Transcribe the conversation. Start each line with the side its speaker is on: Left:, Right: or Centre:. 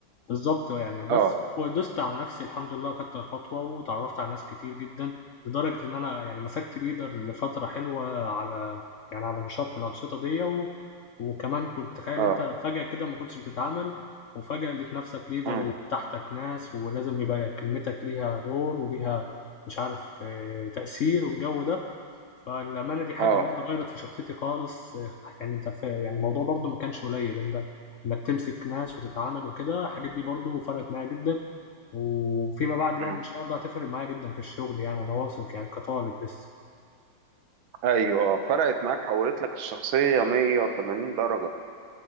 Left: بالضبط يعني بس
Right: اه
Left: ودوست على نفسي الحمد لله وخدت الخطوة، واتعرّفت على ناس كتير جدًا، لدرجة إن أنا يعني مسكت leader لفترة حلوة على يعني على نشاط من الأنشطة ديّة، و وكمان كنت تخيّل
Right: اه
Left: أنت فجأة كده ما كنتش بتتعامل، وفجأة لقيت نفسك leader
Right: مم.
Left: وتحتك ناس، ولازم يبقى كلمتك ليها دور وليها مش عارف آه، تأثير والجو ده. فالأمانة دي حاجة
Right: اه
Left: برضه غيّرت في شخصيتي خالص آه، يعني أنت ف يعني الموضوع برضه ما كانش قليّل، أنت إنّك تمسك ناس وتتعامل وكده، الحاجات دي برضه فرقت معايا جدًا، وفيما بعد يعني
Right: مم.
Left: إن شاء الله هتفرق معايا جدًا في الشغل يعني أنا واثق يعني كطالب لسه.
Right: ايوه اه فرقت معاك حولت لك الشخصية 180 درجة